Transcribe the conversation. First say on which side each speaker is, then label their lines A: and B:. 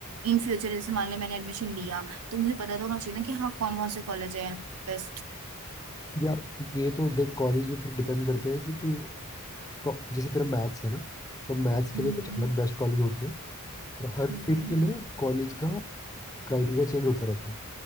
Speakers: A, on the right (about 85°); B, on the left (about 15°).
A: इन फ्यूचर जैसे मान ले मैंने एडमिशन लिया तो मुझे पता तो होना चाहिए ना कि हाँ कौन कौन से कॉलेज है बेस्ट
B: यार ये तो देख कॉलेज भी फिर डिपेंड करते हैं कि तू को- जैसे तेरा मैथ्स है ना तो मैथ्स के
A: हम्म
B: लिए कुछ अलग बेस्ट कॉलेज होते हैं और हर
A: हम्म।
B: फील्ड के लिए कॉलेज का क्राइटेरिया चेंज होता रहता है